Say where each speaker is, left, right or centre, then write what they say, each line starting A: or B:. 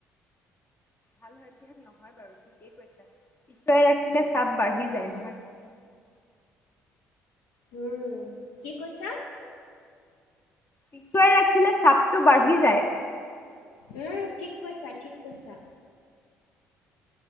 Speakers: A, on the left; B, on the left.
A: ভাল সজ্য নহয় বাৰু ঠিকেই কৈছা। পিছুৱাই ৰাখিলে চাপ বাঢ়ি যায় নহয় জানো।
B: উম কি কৈছা।
A: পিছুৱাই ৰাখিলে চাপটো বাঢ়ি যায়।
B: উম ঠিক কৈছা ঠিক কৈছা।